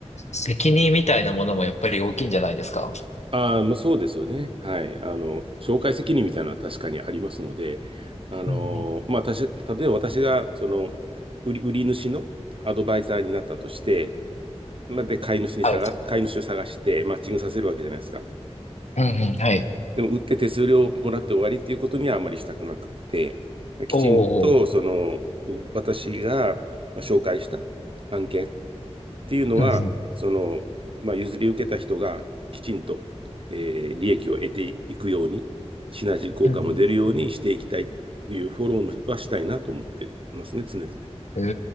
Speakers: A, on the left (about 80°); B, on the right (about 50°).
A: 責任みたいなものもやっぱり大きいんじゃないですか。
B: ああ、まあ、そうですよね。はい。あの、紹介責任みたいなのは確かにありますので、あの、
A: うんうん。
B: まあ、たし、例えば私が、その、売り、売り主のアドバイザーになったとして、まあ、で、買い主に探、
A: はい。
B: 買い主を探して、マッチングさせるわけじゃないですか。
A: うんうん、はい。
B: でも、売って手数料もらって終わりっていうことにはあんまりしたくなくって、きちんと、
A: おお、
B: その、私がまあ紹介した案件っていうのは、
A: うんうん、
B: その、まあ、譲り受けた人がきちんと、えー利益を得ていくように、シナジー効果も出るようにしていきたいというフォローもはしたいなと思ってますね、
A: うん
B: 常々。
A: うん。